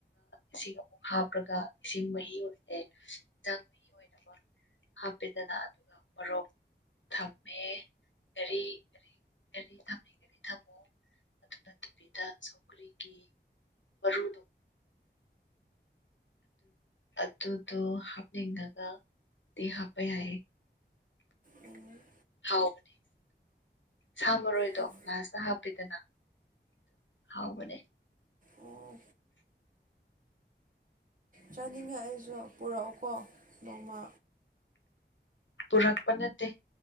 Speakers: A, on the left (about 80°); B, on the right (about 45°).
A: ꯏꯁꯤꯡ ꯑꯃꯨꯛ ꯍꯥꯞꯄ꯭ꯔꯒ ꯏꯁꯤꯡ ꯃꯍꯤ ꯑꯣꯏꯅꯔꯦ ꯌꯦꯟꯁꯥꯡ ꯃꯍꯤ ꯑꯣꯏꯅꯕ ꯍꯥꯞꯄꯤꯦꯗꯅ ꯑꯗꯨꯒ ꯄꯔꯣꯛ ꯊ ꯃ ꯀꯔꯤꯔꯤꯔꯤ ꯊꯔꯤ ꯊꯝꯃꯣ ꯑꯗꯨ ꯅꯠꯇꯕꯤꯗ ꯁꯧꯒ꯭ꯔꯤꯒꯤ ꯃꯔꯨꯗꯣ ꯑꯗꯨꯗꯣ ꯍꯥꯞꯅꯤꯡꯉꯒ ꯇ ꯍꯥꯞꯄꯦꯑ
B: ꯎꯝ
A: ꯍꯥꯎꯕꯅꯤ ꯁꯥ ꯃꯔꯣꯏꯗꯣ
B: ꯍꯥꯎ
A: ꯂꯥꯁꯇ ꯍꯥꯞꯄꯤꯗꯅ ꯍꯥꯎ ꯃꯅꯦ
B: ꯑꯣ ꯆꯥꯅꯤꯡꯉꯦ ꯑꯩꯁꯨ ꯄꯨꯔꯛꯎꯀꯣ ꯅꯣꯡꯃ
A: ꯄꯨꯔꯛ ꯄꯟꯠꯇꯦ